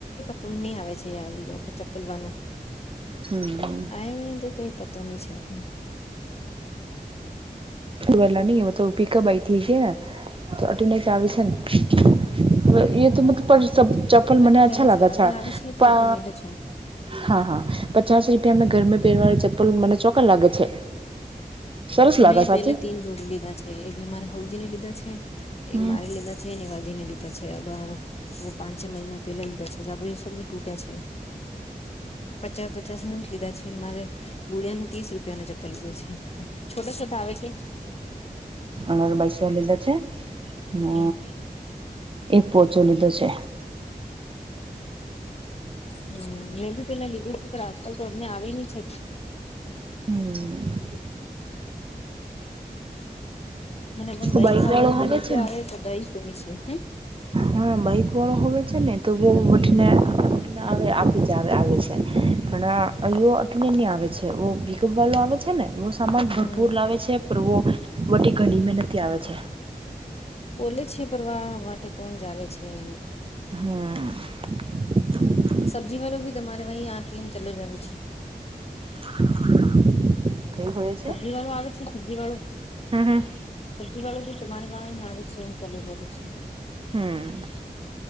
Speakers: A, on the left; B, on the right.
A: તુમ ની આવે છે યાદ એ વખત ચપલવાનું
B: હમ.
A: કાઈ ની તો કાઈ પતો ની છે આપ
B: વેલા ની અવતું તું કી કા બાઈ તિક હે. થોટ ને ચાવી સે ન <unintelligible> પણ
A: અઠમેલો
B: મને અચ્છા લાગ
A: છે હવે
B: છ,
A: આવે છે તો
B: તા
A: અઠમેલો છો
B: હા, હા, પચાસ રૂપિયા મેં ઘરમે પહેરવાળી ચપ્પલ મને ચોક્ખા લાગે છે. સરસ લાગે
A: મેં
B: સાચી
A: પેલે તીન જોડી લીધા છે, એકને મારે હવજીને લીધા છે.
B: હમ
A: એક મારી લીધા છે ને હવજીને લીધા છે અબ હા વો પાંચ છ મહિના પેલા લીધા છે, <unintelligible> તૂટા છે. પચા-પચાસનું જ લીધા છે, ને મારે બોળિયાનું ત્રીસ રૂપ તેનો ચપ્પલ લીધો છે, છોટો-છોટો આવે છે.
B: અને રો બાયસો લીધો છે, ને
A: હમ
B: એક પોછો લીધો છે.
A: હમ. <unintelligible> પેલા લીધું તું ખરા કલ <unintelligible> તો મે આવેલી છે.
B: હમ.
A: મને પણ દહી
B: બાઈક
A: ખાવાનું
B: વાળો
A: નતું
B: છે ને
A: આવે તો દહી તો <unintelligible> હમ.
B: હા, માઈકવાળો હોવે છે ને, તો બઉ વટીના આ વટીના આવે આપી જા આવે આવે છે. ઘણા અયો અઠનેની આવે છે, વો પિકઅપ વાલો આવે છે ને વો સામાન ભરપૂર
A: હમ
B: લાવે છે. પ્રો વટી ગલીમે નથી આવે છે.
A: બોલે છે ફરવા વાટે કોણ જાવે છે ન.
B: હાં.
A: સબ્જી વાળું બી તમારે વહી આ કેમ ચલો જાવે છે.
B: <inaudible> છે
A: સબ્જી વાળો આવે છે, સબ્જી વાડો.
B: હમ હમ
A: સબ્જી વાડો બી તમારે વાહી આવે છે ન ચલો જાવે છે ન.
B: હમ